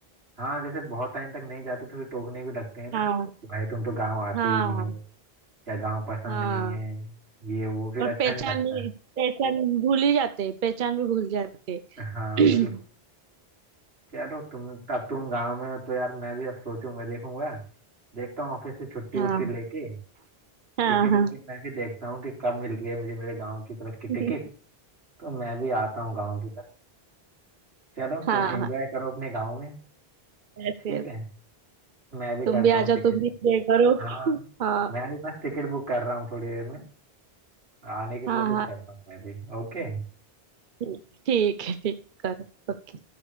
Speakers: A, on the right (about 80°); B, on the right (about 55°).
A: हाँ जैसे बहुत टाइम तक नहीं जाते तो फिर टोकने भी लगते हैं ना
B: हाँ
A: कि भाई तुम तो गांव आते
B: हाँ
A: ही नहीं हो क्या गांव पसंद
B: हाँ
A: नहीं है ये वो फिर
B: और
A: अच्छा
B: पहचान
A: नहीं लगता
B: भी
A: है।
B: पहचान भूल ही जाते पहचान भी भूल जाते
A: हाँ
B: <clears throat>
A: बिल्कुल चलो तुम अब तुम गांव में हो तो यार मैं भी अब सोचूंगा देखूंगा देखता हूँ ऑफिस से छुट्टी
B: हाँ
A: वुट्टी लेके
B: हाँ
A: टिकट
B: हाँ
A: विकेट मैं भी देखता हूँ कि कब मिल रही है मुझे मेरे गांव की तरफ की
B: <laughs>
A: टिकट
B: हम्म,
A: तो मैं भी आता हूँ गांव की तरफ चलो
B: हाँ
A: तुम एंजॉय
B: हाँ
A: करो अपने गांव में
B: ऐसे
A: ठीक है मैं भी
B: तुम
A: करता
B: भी
A: हूँ
B: आ जाओ
A: टिकट
B: तुम भी प्रे करो
A: हाँ
B: <laughs> हाँ
A: मैं भी बस टिकट बुक कर रहा हूँ थोड़ी देर में आने की
B: हाँ
A: कोशिश
B: हाँ
A: करता हूँ मैं भी ओके
B: ठीक ठीक है ठीक करो ओके